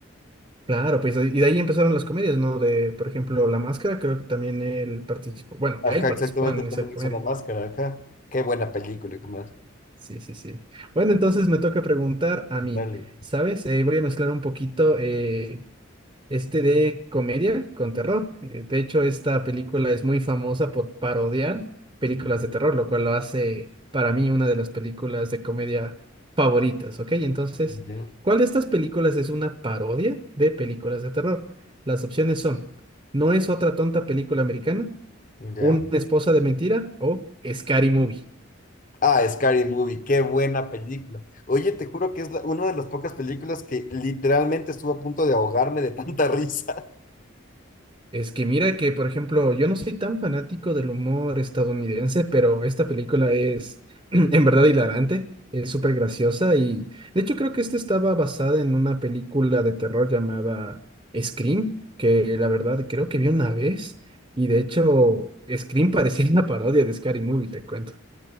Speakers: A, on the right (about 25°); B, on the left (about 40°).
A: Claro, pues y de ahí empezaron las comedias, ¿no? De, por ejemplo, La Máscara, creo que también él participó, bueno,
B: Ajá,
A: él participó
B: exactamente,
A: en
B: él
A: esa
B: también
A: comedia.
B: hizo la máscara, ajá. Qué buena película, hijo mío.
A: Sí, sí, sí. Bueno, entonces me toca preguntar a
B: Dale.
A: mí, ¿sabes? Eh, voy a mezclar un poquito eh, este de comedia con terror. Eh, de hecho, esta película es muy famosa por parodiar películas de terror, lo cual lo hace para mí una de las películas de comedia favoritas, ¿ok? Entonces,
B: Ya,
A: ¿cuál de estas películas es una parodia de películas de terror? Las opciones son, ¿No es otra tonta película americana?
B: ya.
A: ¿Una esposa de mentira? o Scary Movie.
B: Ah, Scary Movie, qué buena película. Oye, te juro que es la- una de las pocas películas que literalmente estuvo a punto de ahogarme de tanta risa. <laughs>
A: Es que mira que, por ejemplo, yo no soy tan fanático del humor estadounidense, pero esta película es <clears throat> en verdad hilarante, es súper graciosa y de hecho creo que esta estaba basada en una película de terror llamada Scream, que la verdad creo que vi una vez y de hecho Scream <laughs> parecía una parodia de Scary Movie, te cuento.